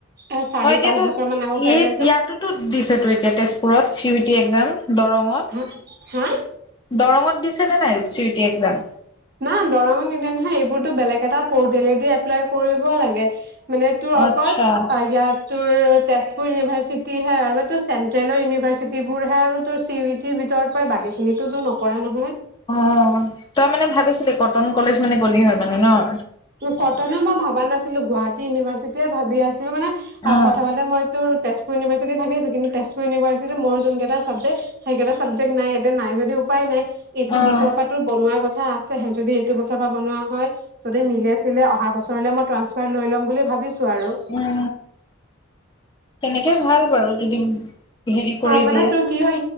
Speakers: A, on the right (about 45°); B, on the left (about 20°).
A: এ চাৰি
B: হয় এতিয়াতো
A: পাঁচ বছৰ মান আগত উঠাই দিলে যে
B: ইয়াতোতো দিছেতো এতিয়া তেজপুৰত চি ইউ টি একজাম দৰঙত
A: হা হা
B: দৰঙত দিছে নে নাই চি ইউ পিয়ে একজাম
A: না দৰঙত নিদিয়ে নহয় এইবোৰতো বেলেগ এটা পৰ্টেলেদি এপ্লাই কৰিব লাগে মানে তোৰ অকল
B: আচ্ছা,
A: ইয়াত তোৰ তেজপুৰ ইউনিভাৰ্চিটিহে আৰু আমাৰতো চেণ্ট্ৰেলৰ ইউনিভাৰ্চিটিবোৰহে আৰু তোৰ চি ইউ টিৰ ভিতৰত পৰে বাকীখিনিতোতো নপৰে নহয়
B: অ তই মানে ভাবিছিলি কত। কটন কলেজ মানে গলি হয়। মানে ন?
A: কটনে মই ভাবো মই নাছিলো গুৱাহাটী ইউনিভাৰ্চিটিয়ে ভাবি আছিলো মানে
B: অ',
A: প্ৰথমতে মই তো তেজপুৰ তেুৰ ইনিভাৰ্চিট থাকে আছে কিন্তু তেজপুৰ ইউনিভাৰি মোৰ যোন কেইটা ছাবজেক্ সেইকেইটাৰ নাই ইয়া নাই যদি উপায় নাই এইটো
B: অ',
A: বছৰৰ পৰা তোৰ বনোৱাৰ কথা হফে <inaudible> যদি এইটো বছৰ পৰা বনোৱা হয় যদি মিলি আছিলে অহা বছৰলৈ মই ট্ৰান্সফাৰ লৈ লম বুলি ভাবিছো আৰু
B: উম তেনেকে ভাল বাৰু যদি হেৰি কৰি
A: অ মানে
B: দিয়া
A: তোৰ কি হয়